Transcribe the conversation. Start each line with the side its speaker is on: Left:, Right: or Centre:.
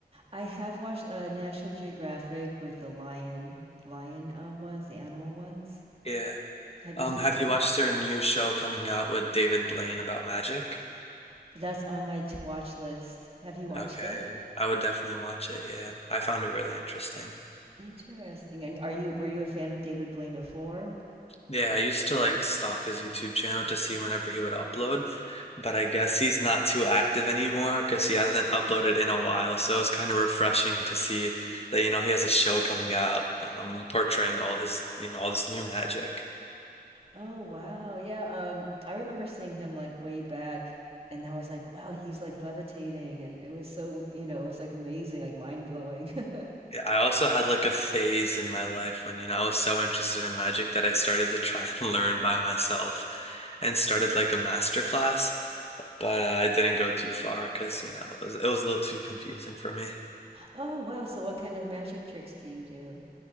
Right: I have watched uh, National Geographic with the lion, lion um ones, the animal ones.
Left: Yeah.
Right: Have
Left: Um,
Right: you seen
Left: have
Right: those?
Left: you watched their new show coming out with David Blaine about magic?
Right: That's on my to watch list. Have you watched
Left: Okay,
Right: it?
Left: I would definitely watch it. Yeah, I found it really interesting.
Right: Interesting. And are you were you a fan of David Blaine before?
Left: Yeah, I used to like stalk his YouTube channel to see whenever he would upload, but I guess he's not too active anymore because he hasn't uploaded in a while. So it's kind of refreshing to see that, you know, he has a show coming out, um, portraying all his, you know, all this new magic.
Right: Oh wow. Yeah, um I remember seeing him like way back and I was like, wow, he's like levitating and it was so, you know, it was like amazing, like mind-blowing. <laughs>
Left: Yeah, I also had like a phase in my life when, you know, I was so interested in magic that I started to try and <laughs> learn by myself and started like a master class, but uh, I didn't go too far because, you know, it was, it was a little too confusing for me.
Right: Oh wow, so what kind of magic tricks do you do?